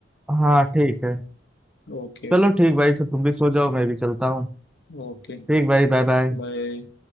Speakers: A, in the centre; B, on the left.
A: हाँ ठीक है
B: ओके
A: चलो ठीक भाई फिर तुम भी सो जाओ मैं भी चलता हूँ
B: ओके
A: ठीक भाई बाय बाय
B: बाय